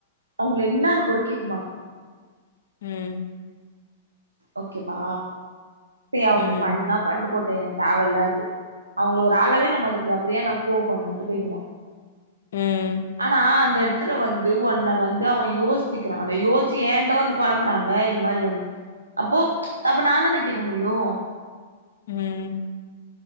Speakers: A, on the right (about 85°); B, on the left (about 65°).
A: அவுங்கள என்னானுகூட கேக்க மாட்டா
B: ம்
A: ஓகேவா பே அவுங்க
B: ம்,
A: பண்ணா பண்டு போட்டு எனக் தேவ இல்லாது அவுங்கள ஒரு ஆளவே நா மதிக்கல அப்றோ ஏ நா கோவ பண்ணுன்ட்டு போய்டுமா
B: ம்,
A: ஆனா அந்த எடத் துல வந்து உன்ன வந்து அவ யோசிக்கிறால யோச்சி ஏன்ட வந்து பொலம்புறால இந்மாரி வந்து அப்போ அப்ப நா தான கேக்க முடியு
B: ம்